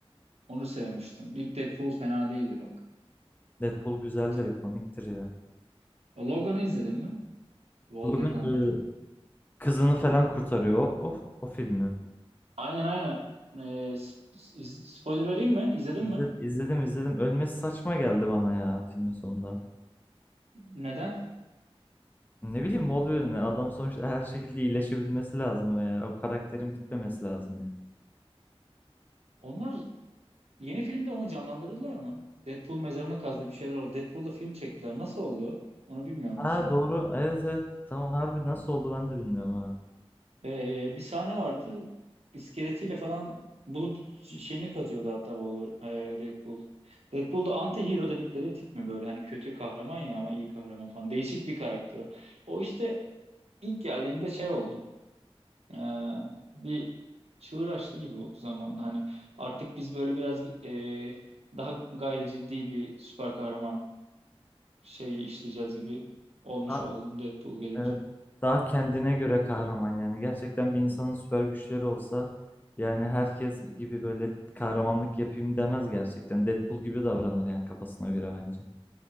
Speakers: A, on the right; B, on the left.
A: Onu sevmiştim. İlk Deadpool fena değildi bak.
B: Deadpool güzeldir
A: T-
B: komiktir ya.
A: Logan'ı izledin mi? Wolverine'i
B: Logan
A: anlatan.
B: e, kızını falan kurtarıyor. O, o, o filmi.
A: Aynen aynen. Ee, sp- iz- spoiler vereyim mi? İzledin
B: İzledim,
A: mi?
B: izledim izledim. Ölmesi saçma geldi bana ya filmin sonunda.
A: Neden?
B: Ne bileyim Wolverine adam sonuçta her şekilde iyileşebilmesi lazım veya o karakterin bitmemesi lazım yani.
A: Onlar Yeni filmde onu canlandırdılar mı? Deadpool mezarını kazdı bir şeyler oldu. Deadpool'la film çektiler. Nasıl oldu? Onu bilmiyorum
B: Ha
A: mesela.
B: doğru evet evet tamam harbi nasıl oldu ben de bilmiyorum ha.
A: Ee, bir sahne vardı. İskeletiyle falan bulup şeyini kazıyordu hatta Wahlberg, ee, Deadpool. Deadpool da anti-hero dedikleri tip mi böyle? Hani kötü kahraman ya ama iyi kahraman falan. Değişik bir karakter o. O işte ilk geldiğinde şey oldu. Ee, bir çığır açtı gibi oldu zamanında. Hani artık biz böyle biraz ee, daha gayri ciddi bir süper kahraman şeyi işleyeceğiz gibi olmuş
B: Ha,
A: oldu Deadpool gelince.
B: evet daha kendine göre kahraman yani gerçekten bir insanın süper güçleri olsa yani herkes gibi böyle kahramanlık yapayım demez gerçekten. Deadpool gibi davranır yani kafasına göre bence.